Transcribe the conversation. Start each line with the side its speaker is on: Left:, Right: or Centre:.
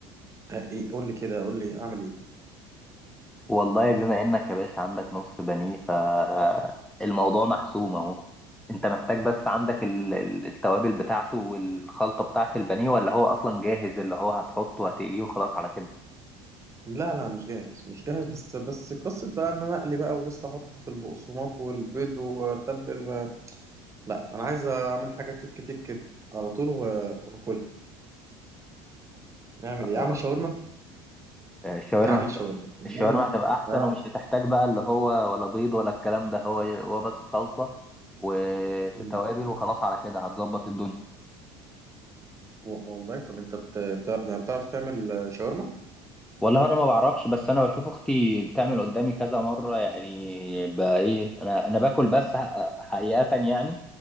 Right: آه، ايه قول لي كده قول لي اعمل ايه
Centre: والله بما انك يا باشا عندك نص بنيه فالموضوع محسوم اهو انت محتاج بس عندك ال- ال- التوابل بتاعته والخلطه بتاعه البانيه ولا هو اصلا جاهز اللي هو هتحطه وهتقليه وخلاص على كده
Right: لا لا مش جاهز مش جاهز بس بس قصة بقى ان انا اقلي بقى ولسه احط في البقسماط والبيض واتبل و... لا انا عايز اعمل حاجة تك تك على طول و- واكلها اعمل ايه
Centre: آه.
Right: اعمل شاورما
Centre: الشاورما
Right: اعمل
Centre: هت-
Right: شاورما
Centre: الشاورما
Right: اعمل
Centre: هتبقى احسن
Right: انا
Centre: ومش هتحتاج بقى اللي هو ولا بيض ولا الكلام ده هو هو بس صلصه وتوابل
Right: مم.
Centre: وخلاص على كده هتظبط الدنيا
Right: و- والله طب انت بت... بت... يعني بتعرف تعمل آه، شاورما
Centre: والله انا ما بعرفش بس انا بشوف اختي بتعمل قدامي كذا مره يعني بقى ايه انا انا باكل بس ح- حقيقه يعني